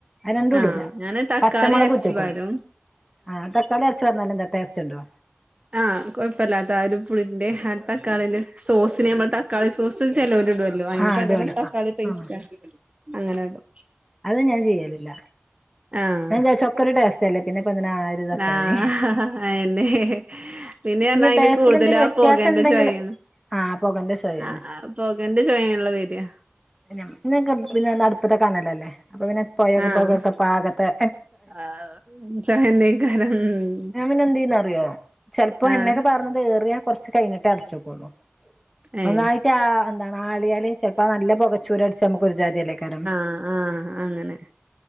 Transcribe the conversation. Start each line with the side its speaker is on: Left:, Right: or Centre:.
Centre: അത് രണ്ടും ഇടൂല
Right: ആഹ് ഞാന് തക്കാളി
Centre: പച്ചമുളക്
Right: അരച്ചു
Centre: <unintelligible>
Right: പാരും
Centre: ആഹ് തക്കാളി അധി ച്ച്റഞ്ഞാല്ലെന്താ ടേസ്റ്റിണ്ടോ
Right: ആഹ് കൊഴപ്പല്ലാത്ത ആഹ് ഒരു പുളിന്റെ ആഹ് തക്കാളിന്റെ സോസിനെ നമ്മള് തക്കാളി സോസ് ചിലോരിടുവല്ലോ ല്ലോ അയിന്
Centre: ആ
Right: പകരം
Centre: ഇടുവല്ലോ
Right: തക്കാളി
Centre: ആ
Right: പേസ്റ്റാക്കും
Centre: ആ
Right: അങ്ങനെയിടും
Centre: അതും ഞാൻ ചെയ്യലില്ല
Right: ആഹ്
Centre: ഞാൻ ചൊക്കര് ടേസ്റ്റല്ല പിന്നെ ഇപ്പെന്തിനാ ആ ഒരു തക്കാളി
Right: ആഹ് അയ്ന്നെ പിന്നെ
Centre: ഇനി
Right: അയിന്
Centre: ടേസ്റ്റിൽ
Right: കൂടുതലും
Centre: എന്തെങ്കിലും
Right: ആഹ്
Centre: വ്യത്യാസം
Right: പോകേന്റെ
Centre: ഉണ്ടെങ്കില്
Right: ചൊയാണ്
Centre: ആ പൊകന്റെ ശോയാണ്
Right: ആഹ് അത് പൊകേൻ്റെ ചൊയല്ലേ വരികാ
Centre: ഞമക്കിന്ന <unintelligible> അടുപ്പിത്ത കനലല്ലേ അപ്പോ പിന്നെ
Right: ആഹ്
Centre: <unintelligible> പാക <unintelligible>
Right: ആഹ് ചൊയന്നേക്കാരം ഉം
Centre: ഞാൻ പിന്നെ എന്തീയ്യെന്നറിയോ ചെലപ്പോ
Right: ആഹ്
Centre: എന്നെക്കെ പറ ഏറിയ കൊറച്ച് കഴിഞ്ഞിട്ടേ അടച്ചോക്കുള്ളൂ
Right: ഏഹ്
Centre: ഒന്നായിട്ട ആ എന്താണ് ആളിയാല് ചെൽപ്പോ നല്ല പൊകച്ചൂര അടിച്ചാ മ്മക്ക് ഒരുജാതിയല്ലേയ് കാരം.
Right: ആഹ് ആഹ് അങ്ങനെ